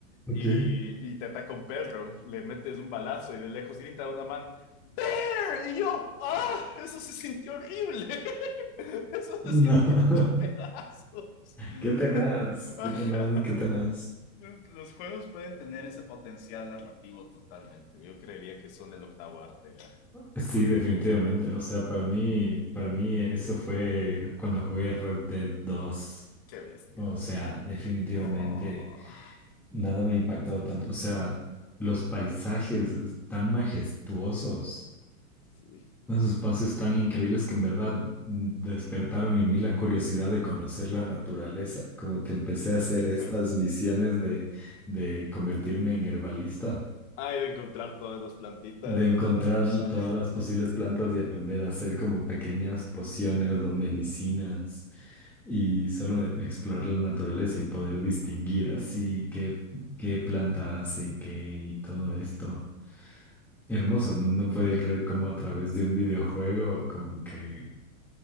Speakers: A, in the centre; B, on the left (about 40°).
A: Ok.
B: y, y te ataca un perro, le metes un balazo y de lejos grita a una man, Bear, y yo, ¡ah! Eso se sintió horrible. <laughs> Eso se sintió
A: No, <laughs>
B: hecho pedazos. <laughs>
A: qué tenaz,
B: Ajá.
A: qué tenaz, qué tenaz.
B: Los los juegos pueden tener ese potencial narrativo totalmente. Yo creería que son el octavo arte ya.
A: Sí, definitivamente. O sea, para mí, para mí eso fue cuando jugué Red Dead dos.
B: Qué bestia.
A: O sea, definitivamente
B: Buah.
A: nada me ha impactado tanto. O sea, los paisajes eh, tan majestuosos.
B: Sí,
A: Unos espacios
B: sí, sí.
A: tan increíbles que en verdad despertaron en mí la curiosidad de conocer la naturaleza. Como que empecé a hacer
B: <laughs>
A: estas misiones de, de convertirme en herbalista,
B: Hay de encontrar todas las plantitas
A: de
B: de
A: encontrar
B: lo largo del mapa.
A: todas las posibles plantas y aprender a hacer como pequeñas pociones o medicinas y solo de explorar la naturaleza y poder distinguir así qué, qué planta hace qué y todo esto. Hermoso, no,
B: <laughs>
A: no podía creer cómo a través de un videojuego, como que